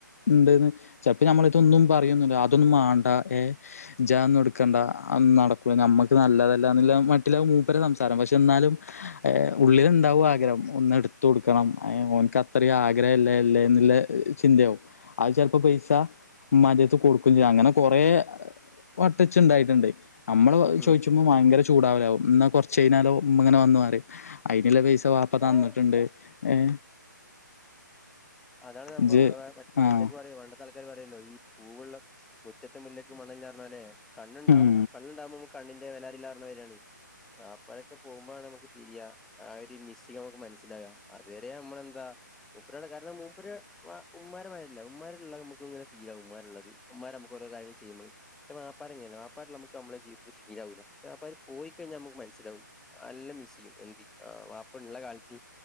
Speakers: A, on the left; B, in the centre.
A: ഉണ്ടന്ന് ചിലപ്പോ നമ്മള ഇതൊന്നും പറയന്നില്ല അതൊന്നും മാണ്ട ഏ ഇജന്നും എടുക്കണ്ട അ നടക്ക നമ്മുക്ക് നല്ലതല്ലന്നില്ല മറ്റുള്ള മൂപ്പര സംസാരം പക്ഷെ എന്നാലുംഉള്ളില്ണ്ടാവും ആഗ്രഹം ഒന്നു എടുത്ത കൊടുക്കണം അവഓൻക്ക് അത്രയും ആഗ്രഹമല്ല അല്ലേ എന്നുള്ള ചിന്തയാവും അത് ചപ്പോൾ ഇപ്പൊ പൈസ മ്മാന്റെ അടുത്ത കൊടുക്കും ചെയ്യ അങ്ങനെ കൊറെ വട്ടച്ച ഉണ്ടായിട്ടുണ്ട് നമ്മള്
B: ഉം
A: ചോദിച്ചുമ്പോ ഭയങ്കര ചൂടാവലാവും എന്നാ കുറച്ച കയിഞ്ഞാലോ ഇങ്ങനെ വന്നു മാറി അതിന വാപ്പ
B: ഉം
A: തന്നിട്ടുണ്ട് ഏ
B: അതാണ് സംഭം
A: ഇജ്
B: നമ്മള് പണ്ടേക്ക്
A: ആഹ്
B: പറയും പണ്ട തൽക്കാർ പറയല്ലോ ഈ പൂവ മുറ്റത്തെ മുല്ലേക്ക് മണാല്ലാന്നു ലെ കണ്ണുണ്ടാകും
A: ഉം
B: കണ്ണുണ്ടാകുമ്പോ നമുക്ക് കണ്ണിന്റെ വെല അറിയില്ലന്നാണ് വാപ്പരൊക്കെ പോകുമ്പോഴാണ് നമുക്ക് തിരിയാ ആ ഒരു മിസ്സിംഗ് നമുക്ക് മനസ്സിലാക അതുവരെ നമ്മളെന്താ മൂപ്പര് മൂര് ഉമാരില്ല ഉമാരിുള്ള നമുെ ഫീൽ ആകും ഉമാ ഉള്ളത് ഉമാരെ നമു ഓരോ കാര്യൾ ചെയ്യ പക്ഷെ വപ്പാ അങ്ങനെയല്ല വപ്പാ നമുക്ക് നമ്മുടെ ജീവിതത്തില് ശീലാവൂല പെ വപ്പാര് പോയി കഴിഞ്ഞാ നമുക്ക് മനസ്സിലാകും എല്ലാം മിസ് ചെയ്യും എന് ആ വാപ്പ ഉള്ള കാലത്തി